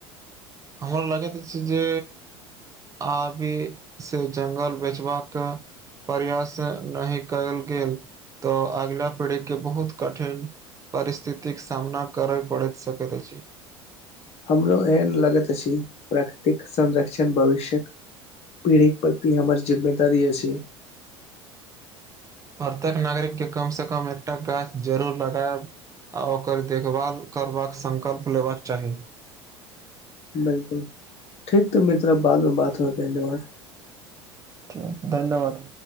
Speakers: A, on the right; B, on the left.
A: हमरा लगै त छै जे आबी से जंगल बेचबा क प्रयास नाहि कयल गेल तऽ अगिला पीढ़ीके बहुत कठिन परिस्थितिक सामना करऽ परैत सकैत अछि।
B: हमरो एहन लगत अछि, प्राकृतिक संरक्षण भविष्यक पीढ़ीक परति हमर जिम्मेदारी अछि।
A: परतेक नागरिक के कम से कम एकटा गाछ जरूर लगैब। आ ओकर देखभाल करबाक संकल्प लेबाक चाही।
B: बिलकुल ठीक तऽ मित्रा बाद में बात होतै न और।
A: ठीक धन्यवाद।